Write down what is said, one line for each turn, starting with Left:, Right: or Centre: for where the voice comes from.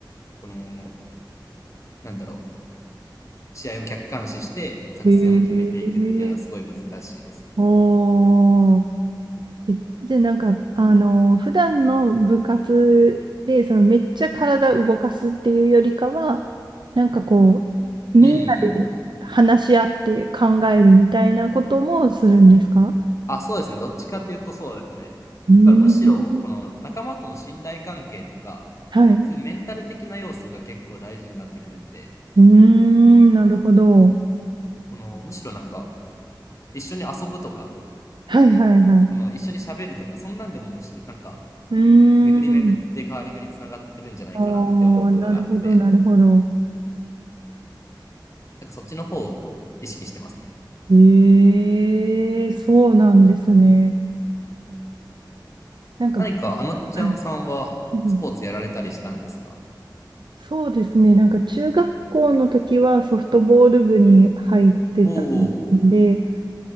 Left: この、なんだろう、試合を客観視して作戦を決めていくっていうのはすごい難しいです。
Right: へえ。おー。えじゃあなんか、あの、普段の部活で、そのめっちゃ体動かすっていうよりかは、なんかこう、みんなで話し合って考えるみたいなこともするんですか
Left: うんうんあ、そうですね。どっちかというとそうですね。
Right: うーん。
Left: だからむしろ、この仲間との信頼関係とか、
Right: はい。う
Left: そういうメンタル的な要素が結構大事になってくるんで、
Right: ーん、なるほど。
Left: このむしろなんか、一緒に遊ぶとか、
Right: はいはいはい。
Left: この一緒に喋るとか、そんなんでもむしろなんか、
Right: うーん。
Left: 巡り巡ってカーリングにつながってるんじゃないかなって思うことがあって、
Right: ああ、なるほど、なるほど。
Left: なんかそっちの方を意識してますね。
Right: ええ、そうなんですね。なんか、
Left: 何かあのちゃんさんはスポーツやられたりしたんですか
Right: はいうんそうですね。なんか中学校の時はソフトボール部に入ってたんで、
Left: おおー、